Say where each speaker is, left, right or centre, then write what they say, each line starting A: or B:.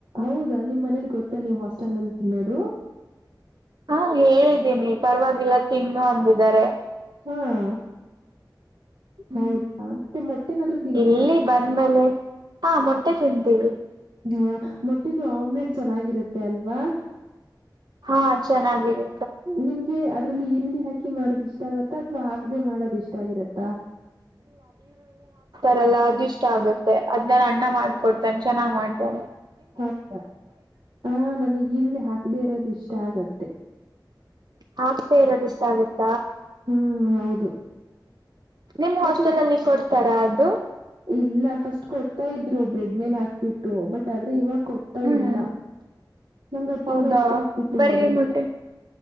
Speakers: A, on the right; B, on the right.
A: ಹೌದಾ ನಿಮ್ಮ ಮನೇಲಿ ಗೊತ್ತಾ ನೀವು ಹಾಸ್ಟೆಲ್ ನಲ್ಲಿ ತಿನ್ನೋದು
B: ಹಾ ಹೇಳಿದ್ದೀನಿ ಪರವಾಗಿಲ್ಲ ತಿನ್ನು ಅಂದಿದ್ದಾರೆ
A: ಹ್ಮ್.
B: ಹ್ಮ್
A: ಹೌದಾ ಮತ್ತೆ ಮೊಟ್ಟೆನಾದ್ೂ ತಿಂತೀರಾ
B: ಇಲ್ಲಿ ಬಂದ್ಮೇಲೆ ಹಾ ಮೊಟ್ಟೆ ತಿಂತವಿ.
A: ಹಾ ಮೊಟ್ಟಿದ್ದು ಆಮ್ಲೆಟ್ ಚೆನ್ನಾಗಿರತ್ತೆ ಅಲ್ವಾ
B: ಹಾ ಚೆನ್ನಾಗಿರಿ
A: ನಿಮ್ಗೆ ಅದ್ರಲ್ಲಿ ಈರುಳ್ಳಿ ಹಾಕಿ ಮಾಡದಿಷ್ಟು ಇಷ್ಟ ಆಗತ್ತಾ ಅಥವಾ ಆಗದೆೇ ಮಾಡೋದ ಇಷ್ಟ ಆಗಿರತ್ತಾ.
B: ಅದೆಲ್ಲ ಅದ ಇಷ್ಟ ಆಗುತ್ತೆ ಅದ್ನ್ನಾನ ಅಣ್ಣ ಮಾಡ್ಕೊಡ್ತೇನೆ ಚೆನ್ನಾಗ್ ಮಾಡ್ತೇನೆ.
A: ಹೌದಾ ಹ ನನಗ್ ಈರುಳ್ಳಿ ಹಾಕದೆೇ ಇರೋದು ಇಷ್ಟ ಆಗತ್ತೆ.
B: ಹಾಕ್ತಾ ಇರೋದ ಇಷ್ಟ ಆಗುತ್ತೆ.
A: ಹ್ಮ್ ಹೌದು.
B: ನಿಮ್
A: ಮತ್ತೆ
B: ಹಾಸ್ಟೆಲ್ ಅಲ್ಲಿ ಕೊಡ್ತಾರಾ ಅದು
A: ಇಲ್ಲ ಫಸ್ಟ್ ಕೊಡ್. ಇದ್ರು ಬ್ರೆಡ್ ಮೇಲೆ ಹಾಕ್ಬಿಟ್ಟು ಬಟ್ ಆದ್ರೆ ಇವಾಗ. ಕೊಡ್ತಾ
B: ಹ್ಮ್
A: ಇಲ್ಲ ನಂಗದು
B: ಹೌದಾ
A: ತುಂಬಾ ಇಷ್ಟ ಆಗ್ತಿತ್ತು
B: ಬರ್ರಿ
A: ಮೊದಲು.
B: ಮೊಟ್ಟೆ